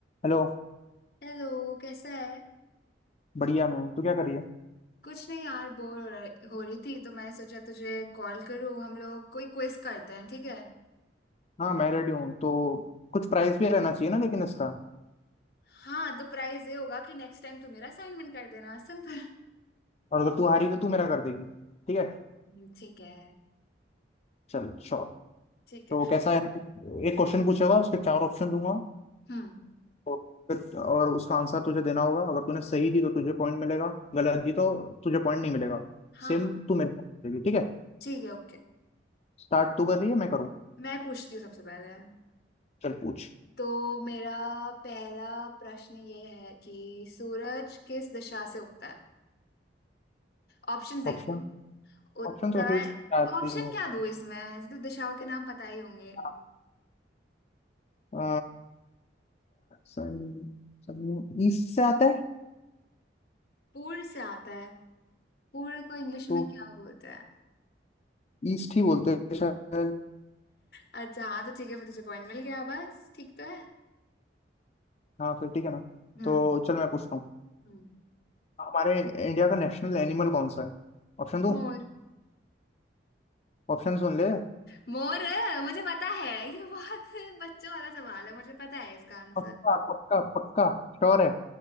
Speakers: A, on the left; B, on the left.
A: हेलो
B: Hello कैसा है
A: बढ़िया मैं हूँ। तू क्या कर रही है
B: कुछ नहीं यार बोर हो रही हो रही थी तो मैं सोचा तुझे कॉल करूँ हम लोग कोई क्विज करते हैं ठीक है
A: हाँ मैं रेडी हूँ तो कुछ प्राइस भी रहना चाहिए ना लेकिन इसका
B: हाँ तो प्राइज ये होगा कि नेक्स्ट टाइम तू मेरा असाइनमेंट कर देना सिंपल
A: और अगर तू हारी तो तू मेरा कर देगी ठीक है
B: हम्म, ठीक है
A: चल श्योर
B: ठीक
A: तो
B: है
A: कैसा है एक क्वेश्चन पूछेगा उसके चार ऑप्शन दूंगा
B: हम्म
A: तो फिर और उसका आंसर तुझे देना होगा अगर तूने सही दी तो तुझे पॉइंट मिलेगा गलत दी तो तुझे पॉइंट नहीं मिलेगा
B: हाँ
A: सेम
B: हाँ
A: तू मेरे को देगी ठीक है
B: ठीक है ओके
A: स्टार्ट तू कर रही है मैं करूँ
B: मैं पूछती हूँ सबसे पहले
A: चल पूछ
B: तो मेरा पहला प्रश्न ये है कि सूरज किस दिशा से उगता है ऑप्शन देती
A: ऑप्शन
B: हूँ उत्तर
A: ऑप्शन तो फिर चार
B: ऑप्शन
A: ही हैं।
B: क्या दूँ इसमें ऐसे तो दिशाओं के नाम पता ही होंगे
A: हाँ, अ, सन- सन- ईस्ट से आता है
B: पूर्व से आता है पूरे को इंग्लिश
A: तो
B: में क्या बोलते हैं
A: ईस्ट ही बोलते हैं शायद
B: अच्छा हाँ तो ठीक है फिर तुझे पॉइंट मिल गया बस ठीक तो है
A: हाँ फिर ठीक है ना
B: हम्म
A: तो चल मैं पूछता हूँ
B: हम्म
A: हमारे इंडिया का नेशनल एनिमल कौन सा है ऑप्शन दूँ
B: मोर
A: ऑप्शन सुन ले
B: मोर मुझे पता है ये बहुत बच्चों वाला सवाल है मुझे पता है इसका आंसर
A: पक्का पक्का पक्का श्योर है